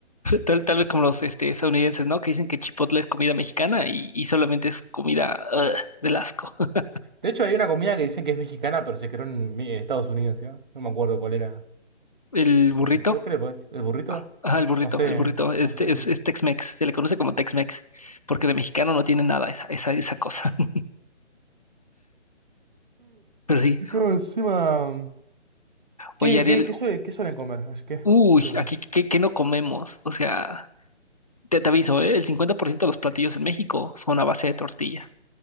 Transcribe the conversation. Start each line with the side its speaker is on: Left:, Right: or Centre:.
Left: Tal, tal vez como los este, estadounidenses, ¿no? Que dicen que Chipotle es comida mexicana y, y solamente es comida ugh, del asco. <laughs>
Right: De hecho, hay una comida que dicen que es mexicana, pero se creó en mi- Estados Unidos, ¿sí? No me acuerdo cuál era.
Left: El burrito,
Right: El chipotle, pues, el burrito.
Left: ah, ajá, el burrito,
Right: No sé,
Left: el burrito, este
Right: no sé,
Left: es,
Right: no sé.
Left: es Tex-Mex, se le conoce como Tex-Mex, porque de mexicano no tiene nada esa, esa, esa cosa. <laughs> Pero sí.
Right: Y claro, encima. ¿Qué,
Left: Oye, Ariel,
Right: qué, qué, suele- qué suelen comer? Ay, ¿Qué?
Left: uy,
Right: ¿Qué pasó?
Left: aquí, ¿qué, qué no comemos? O sea, te, te aviso, ¿eh? El 50% de los platillos en México son a base de tortilla.